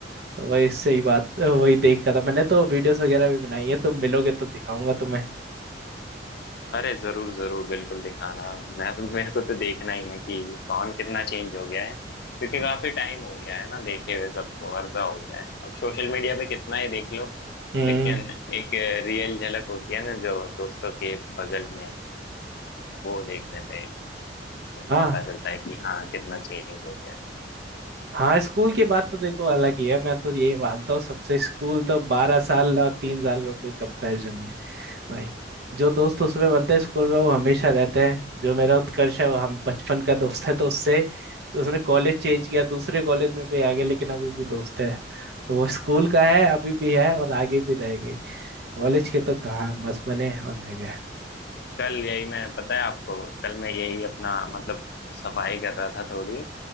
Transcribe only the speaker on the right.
तो वही सही बात वही देख कर था मैंने तो वीडियोस वगैरह भी बनाई है तुम मिलोगे तो दिखाऊंगा तुम्हें
हम्म
हम्म,
हाँ
हाँ स्कूल की बात तो देखो अलग ही है मैं तो यही मानता हूँ सबसे स्कूल तो बारह साल और तीन साल का कोई कंपैरिजन नहीं है भाई जो दोस्त उसमें बनते हैं स्कूल में वो हमेशा रहते हैं जो मेरा उत्कर्ष है वो हम बचपन का दोस्त है तो उससे तो उसने कॉलेज चेंज किया दूसरे कॉलेज में भी आ गया लेकिन अभी भी दोस्त है तो वो स्कूल का है अभी भी है और आगे भी रह गई कॉलेज के तो कहाँ बस बने और रह गए